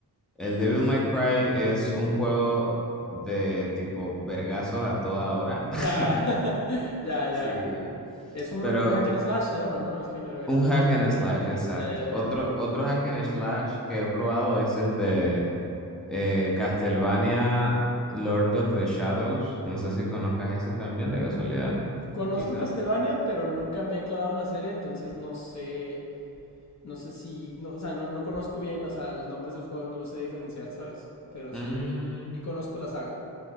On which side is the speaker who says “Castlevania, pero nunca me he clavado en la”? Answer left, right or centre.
Left